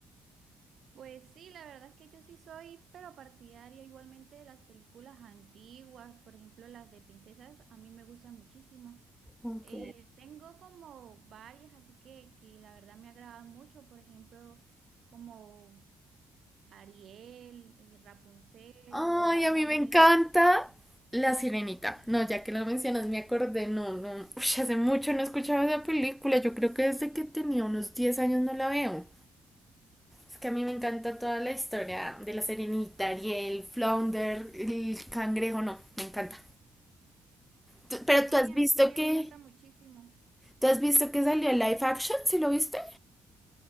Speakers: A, on the right; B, in the centre.
A: Pues sí, la verdad es que yo sí soy, pero partidaria igualmente de las películas antiguas, por ejemplo, las de princesas, a mí me gustan muchísimo.
B: Ok.
A: Eh, tengo como varias, así que, que la verdad me agradan mucho, por ejemplo, como Ariel, eh, Rapunzel
B: Ay,
A: o Blancanieves.
B: a mí me encanta La Sirenita. No, ya que lo mencionas, me acordé. No, no. Uy, hace mucho no escuchaba esa película. Yo creo que desde que tenía unos 10 años no la veo. Es que a mí me encanta toda la historia de La Sirenita, Ariel, Flounder, el cangrejo. No, me encanta. Tú- Pero
A: Sí,
B: tú has
A: a
B: visto
A: mí también
B: que.
A: me encanta muchísimo.
B: ¿Tú has visto que salió el live action? ¿Sí lo viste?